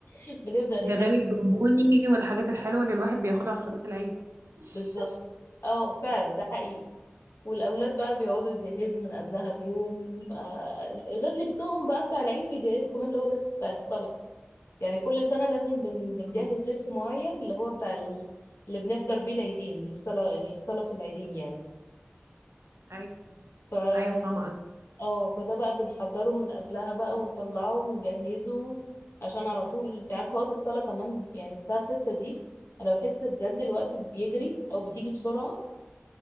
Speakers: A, on the left; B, on the right.
A: <laughs> بنبدأ نجهز
B: ده غير البونبوني والحاجات الحلوة اللي الواحد بياخدها في صلاة العيد <laughs>
A: بالظبط اه فعلا ده حقيقي والأولاد بقى بيقعدوا يجهزوا من قبلها بيوم آه غير لبسهم بقى بتاع العيد بيجهزوا كمان اللي هو اللبس بتاع الصلاة يعني كل سنة لازم بن بنجهز
B: مم.
A: لبس معين اللي هو بتاع ال... اللي بنحضر بيه العيدين للصلاة للصلاة في العيدين يعني
B: ايوه
A: الجامع
B: ايوه فاهمة قصدي
A: اه فده بقى بنحضره من قبلها بقى ونطلعه ونجهزه عشان على طول انت عارفة وقت الصلاة كمان يعني الساعة ستة دي انا بحس بجد الوقت بيجري او بتيجي بسرعة